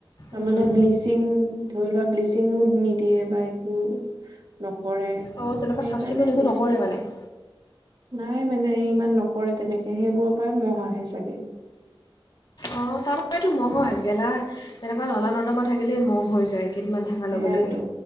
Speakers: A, on the right (about 60°); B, on the left (about 50°).
A: তাৰমানে
B: উম।
A: ব্লিচিঙ ধৰি লোৱা ব্লিচিঙ নিদিয়ে বা একো ন কৰে
B: অঁ তেনেকুৱা
A: সেইকাৰণে
B: চাফ চিকুণ একো
A: বেছি।
B: নকৰে মানে
A: নাই মানে ইমান নকৰে তেনেকে, সেইবোৰৰ পৰাই মহ আহে চাগে।
B: অ', তাৰবাবে তো মহ হয় গেলা তেনেকুৱা নলা-নৰ্দমা থাকিলেই মহ হৈ যায়। কেইদিনমান থকাৰ
A: সেয়াইটো
B: লগে লগে